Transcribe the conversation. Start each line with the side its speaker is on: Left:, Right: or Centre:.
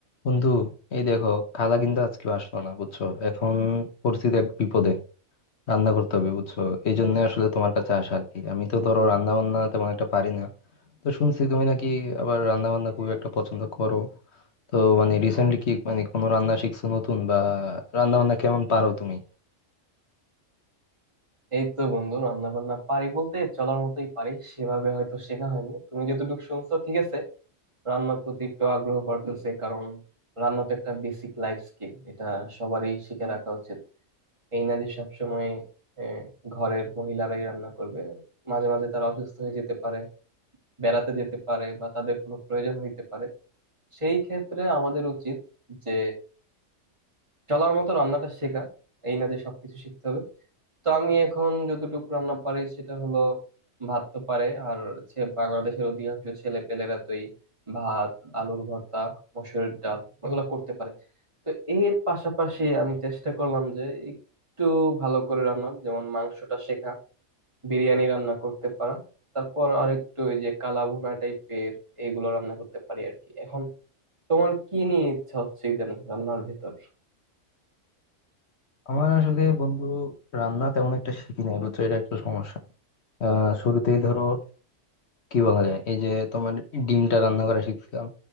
Left: বন্ধু এই দেখো খালা কিন্তু আজকে আসলো না বুঝছো এখন পরিস্থিতি এক বিপদে রান্না করতে হবে বুঝছো এই জন্য আসলে তোমার কাছে আসা আর কি আমি তো ধরো রান্না বান্না তেমন একটা পারি না তো শুনছি তুমি নাকি আবার রান্না বান্না খুব একটা পছন্দ করো তো মানে রিসেন্টলি কি মানে কোনো রান্না শিখছো নতুন বা রান্না বান্না কেমন পারো তুমি
Right: এই তো বন্ধু রান্না বান্না পারি বলতে চলার মতোই পারি সেভাবে হয়তো শেখা হয়নি তুমি যতটুকু শুনছো ঠিক আছে রান্নার প্রতি একটু আগ্রহ বাড়তেছে কারণ রান্না তো একটা বেসিক লাইফ স্কিল এটা সবারই শিখে রাখা উচিত এই না যে সবসময় আহ, ঘরের মহিলারাই রান্না করবে মাঝে মাঝে তারা অসুস্থ হয়ে যেতে পারে বেড়াতে যেতে পারে বা তাদের কোনো প্রয়োজন হইতে পারে সেই ক্ষেত্রে আমাদের উচিত যে চলার মতো রান্নাটা শেখা এই না যে সবকিছু শিখতে হবে তো আমি এখন যতটুকু রান্না পারি সেটা হলো ভাত তো পারে আর হচ্ছে বাংলাদেশের অধিকাংশ ছেলে পেলেরা তো এই ভাত আলুর ভর্তা মসুরের ডাল এগুলো করতে পারে তো এর পাশাপাশি আমি চেষ্টা করলাম যে একটু ভালো করে রান্না যেমন মাংসটা শেখা বিরিয়ানি রান্না করতে পারা তারপর আরেকটু ওই যে কালাভুনা টাইপের এগুলো রান্না করতে পারি আর কি এখন তোমার কি নিয়ে ইচ্ছা হচ্ছে ইদানিং রান্নার ভেতর
Left: আমার আসলে বন্ধু রান্না তেমন একটা শিখি নাই বুঝছো এটা একটা সমস্যা আহ শুরুতেই ধরো কি বলা যায় এই যে তোমার ডিমটা রান্না করা শিখছিলাম